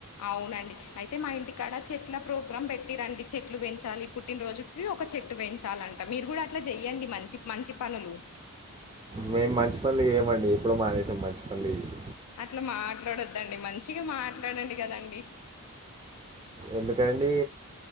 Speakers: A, on the left; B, on the right.
A: అవునండి అయితే మా ఇంటికాడ చెట్ల ప్రోగ్రామ్ పెట్టి రండి చెట్లు పెంచాలి పుట్టినరోజుకి ఒక చెట్టు పెంచాలంట మీరు కూడా అట్లా చెయ్యండి మంచి మంచి పనులు
B: మేము మంచి పనులు చేయమండి ఎప్పుడడు మానేసం మంచి పనులు చేసి
A: అట్లా మాట్లాడొద్దండి మంచిగా మాట్లాడండి కదండి
B: ఎందుకండి